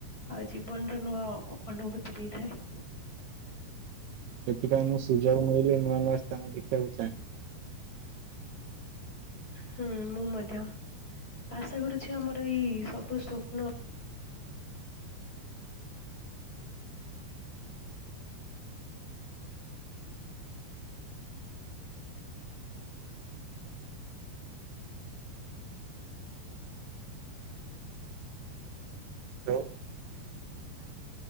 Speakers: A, on the left; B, on the right.
A: ଆଉ ଜୀବନର ନୂଆ ଅନୁଭୂତି ଦେଇଥାଏ।
B: ସେଥିପାଇଁ ମୁଁ ସୁଯୋଗ ମିଳିଲେ ନୂଆ ନୂଆ ସ୍ଥାନ ଦେଖିବାକୁ ଚାହେଁ।
A: ହୁଁ ମୁଁ ମଧ୍ୟ ଆଶା କରୁଛି ଆମର ଏଇ ସବୁ ସ୍ୱପ୍ନ
B: hello